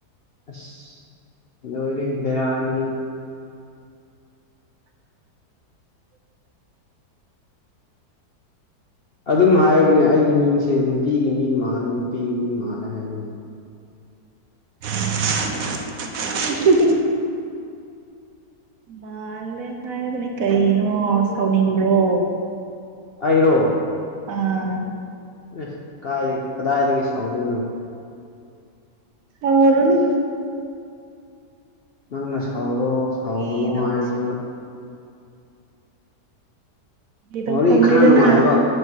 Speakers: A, on the left (about 55°); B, on the right (about 65°).
A: ꯑꯁ ꯂꯣꯔꯤ ꯙꯔꯥꯅꯤꯍꯤ ꯑꯗꯨꯝ ꯍꯥꯏꯕꯅꯦ ꯑꯩꯒꯤ ꯃꯤꯡꯁꯦ ꯅꯨꯄꯤꯒꯤ ꯃꯤꯡ ꯃꯥꯜꯂꯦ ꯅꯨꯄꯤꯒꯤ ꯃꯤꯡ ꯃꯥꯜꯂꯦ ꯍꯥꯏꯕꯅꯤ
B: <inaudible> ꯃꯥꯜꯂꯦ ꯍꯥꯏꯕꯅꯦ ꯀꯩꯅꯣ ꯁꯥꯎꯅꯤꯡꯕ꯭ꯔꯣ
A: ꯑꯔꯣ
B: ꯑꯥ
A: ꯑꯦ ꯀꯥꯏꯗꯒꯤ ꯀꯗꯥꯏꯗꯒꯤ ꯁꯥꯎꯗꯣꯏꯅꯣ
B: ꯑꯔꯅ
A: ꯅꯪꯅ ꯁꯥꯎꯔꯣ ꯁꯥꯎꯒꯅꯣ
B: ꯐꯥꯒꯤ ꯇꯧꯕꯁꯤꯕꯨ
A: ꯍꯥꯏꯔꯁꯨ
B: ꯐꯥꯒꯤ ꯇꯧꯐꯝꯅꯤꯗꯅ
A: ꯋꯥꯔꯤꯦ ꯈꯔ ꯅꯨꯡꯉꯥꯏꯕ